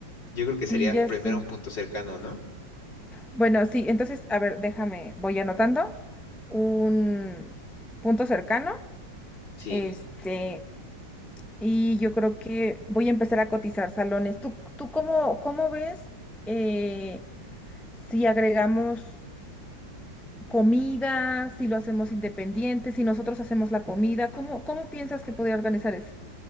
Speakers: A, on the left; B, in the centre.
A: Yo creo que sería
B: Sí, ya
A: primero
B: sé.
A: un punto cercano, ¿no?
B: Bueno, sí, entonces, a ver, déjame, voy anotando un punto cercano.
A: Sí.
B: Este, y yo creo que voy a empezar a cotizar salones. ¿Tú, tú cómo, cómo ves? eh, si agregamos comida, si lo hacemos independiente, si nosotros hacemos la comida, ¿cómo, cómo piensas que podría organizar eso?